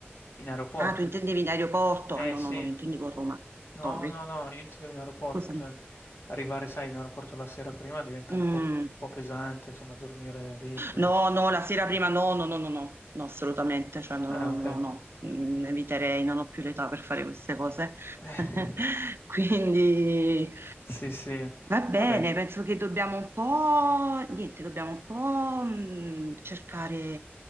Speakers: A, on the left (about 70°); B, on the right (about 65°).
A: in aeroporto.
B: Ah, tu intendevi in aeroporto?
A: Eh,
B: Ah, no,
A: sì.
B: no, no, io intendevo a Roma,
A: No,
B: sorry,
A: no, no, io intendevo in aeroporto,
B: scusami.
A: cioè arrivare, sai, in aeroporto la sera prima diventa
B: Mm.
A: un po' un po' pesante, insomma dormire lì. pff.
B: No, no, la sera prima no, no, no, no, no, no, assolutamente, cioè no,
A: Eh, okay.
B: no, no, no. Mm, eviterei, non ho più l'età per fare queste cose.
A: <laughs>
B: <laughs> Quindi
A: S sì, sì.
B: va bene,
A: Vabbè.
B: penso che dobbiamo un po', niente, dobbiamo un po' mm, cercare,